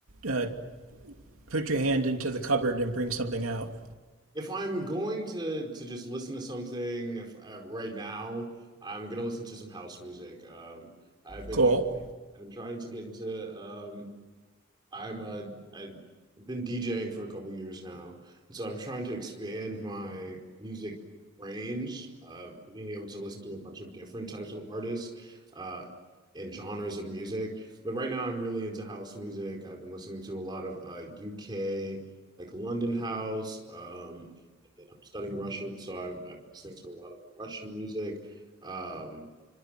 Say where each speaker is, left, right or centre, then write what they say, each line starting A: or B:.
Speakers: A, on the right; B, on the right.
A: uh, put your hand into the cupboard and bring something out?
B: If I'm going to to just listen to something, if uh, right now I'm gonna listen to some house music. Um, I've been
A: Cool.
B: tr- I've been trying to get into um I'm a I've been DJing for a couple years now, and so I'm trying to expand my music range, uh, being able to listen to a bunch of different types of artists, uh, and genres of music. But right now, I'm really into house music. I've been listening to a lot of uh, UK, like London house. Um, and then I'm studying Russian, so I've, I've been listening to a lot of Russian music. Um,